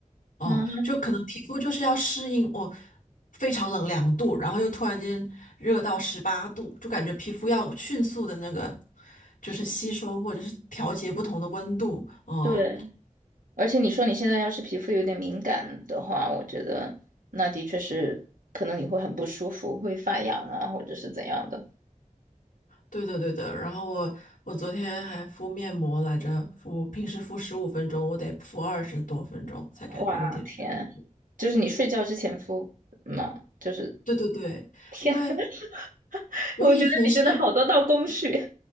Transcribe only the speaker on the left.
哦、
就可能皮肤就是要适应我非常冷两度，然后又突然间热到十八度，就感觉皮肤要迅速的那个就是吸收或者是调节不同的温度，
嗯、
对的，对的。然后我我昨天还敷面膜来着，敷平时敷十五分钟，我得敷二十多分钟才感觉有点舒服。
对对对，
因为
我以前是